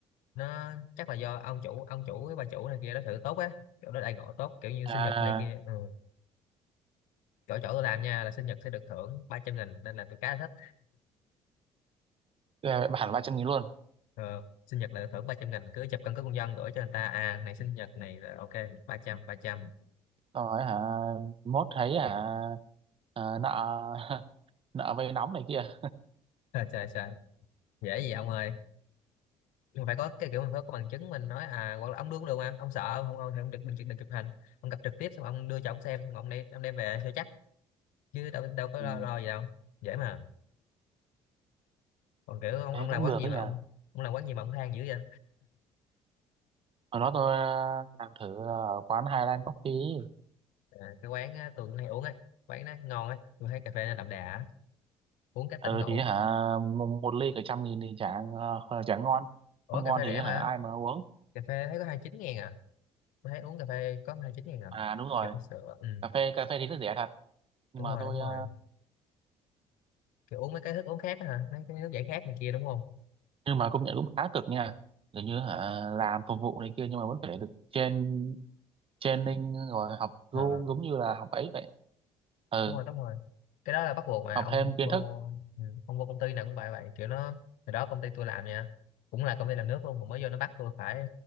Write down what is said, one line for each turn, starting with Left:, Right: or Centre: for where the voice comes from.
Left: nó chắc là do ông chủ ông chủ với bà chủ này kia đó thử tốt á kiểu đó đãi ngộ tốt kiểu như
Right: à
Left: sinh nhật này kia ừ. chỗ chỗ tôi làm nha là sinh nhật sẽ được thưởng 300 nghìn nên là tôi khá là thích
Right: cái bản ba trăm nghìn luôn
Left: ừ. sinh nhật là được thưởng 300 nghìn cứ chụp căn cước công dân gửi cho người ta à này sinh nhật này là ok 300 300
Right: rồi hả mốt thấy hả à, nợ <laughs> nợ vay nóng này kia
Left: <laughs> trời trời trời. dễ gì ông ơi nhưng mà phải có cái kiểu mình phải có bằng chứng mình nói à hoặc là ông đưa cũng được mà ông sợ ông không ông thì ông được đừng, đừng chụp hình ông gặp trực tiếp xong ông đưa cho ông xem xong ông đem ông đem về cho chắc chứ đâu đâu có
Right: ừ,
Left: lo, lo gì đâu dễ mà còn kiểu ông
Right: thế
Left: ông làm
Right: cũng
Left: quán
Right: được
Left: gì
Right: đấy
Left: mà
Right: nhỉ
Left: ông ông làm quán gì mà ông than dữ vậy
Right: hồi đó tôi ờ, làm thử ở quán Highland Coffee
Left: à, cái quán á, tôi cũng hay uống ấy quán nó ngon ấy tôi thấy cà phê nó đậm đà á. uống cái
Right: ừ
Left: tỉnh ngủ
Right: thì hả một, một ly cả trăm nghìn thì chả ờ, chả ngon
Left: ủa
Right: không ngon
Left: cà phê
Right: thì
Left: rẻ
Right: hả
Left: mà
Right: ai mà uống
Left: cà phê thấy có 29 ngàn à tôi thấy uống cà phê có 29 ngàn à
Right: à đúng rồi
Left: cà phê sữa ừ
Right: cà phê cà phê thì rất rẻ thật nhưng
Left: đúng
Right: mà
Left: rồi
Right: tôi
Left: đúng rồi
Right: à,
Left: kiểu uống mấy cái thức uống khác á hả mấy cái nước giải khát này kia đúng không
Right: nhưng mà công nhận cũng khá cực nha kiểu như hả làm phục vụ này kia nhưng mà vẫn phải được train training rồi học
Left: Ờ
Right: Zoom giống như là học ấy vậy ừ
Left: đúng rồi đúng rồi cái đó là bắt buộc mà
Right: học
Left: ông
Right: thêm kiến
Left: vô
Right: thức
Left: ừ, ông vô công ty nào cũng vậy vậy kiểu nó hồi đó công ty tôi làm nha cũng là công ty làm nước luôn mà mới vô nó bắt tôi phải